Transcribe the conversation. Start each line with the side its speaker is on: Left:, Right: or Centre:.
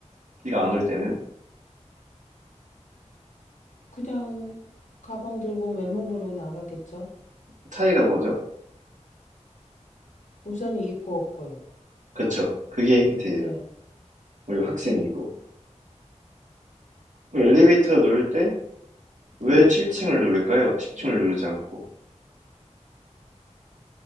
Right: 비가 안 올 때는?
Left: 그냥 가방 들고 맨몸으로 나가겠죠?
Right: 차이가 뭐죠?
Left: 우산이 있고 없고요.
Right: 그쵸. 그게 힌트예요.
Left: 네.
Right: 우리 학생이고. 엘리베이터 누를 때 왜
Left: 네.
Right: 7층을 누를까요? 10층을 누르지 않고.